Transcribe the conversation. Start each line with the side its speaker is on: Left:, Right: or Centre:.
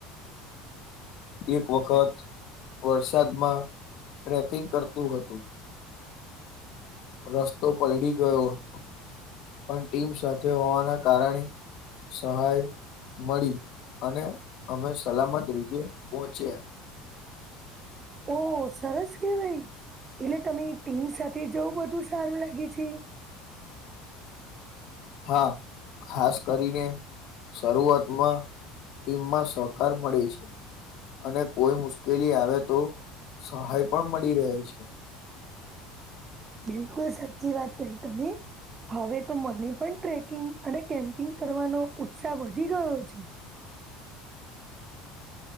Left: એક વખત વરસાદમાં ટ્રેકિંગ કરતું હતું રસ્તો પલળી ગયો હતો પણ ટીમ સાથે હોવાના કારણે સહાય મળી અને અમે સલામત રીતે પહોંચ્યા
Right: ઓ સરસ કેવાય એટલે તમે ટીમ સાથે જવું બધું સારું લાગે છે.
Left: હા ખાસ કરીને શરૂઆતમાં ટીમમાં સહકાર મળે છે. અને કોઈ મુશ્કેલી આવે તો સહાય પણ મળી રહે છે.
Right: બિલકુલ સાચી વાત કહી તમે હવે તો મને પણ ટ્રેકિંગ અને કેમ્પિંગ કરવાનો ઉત્સાહ વધી ગયો છે.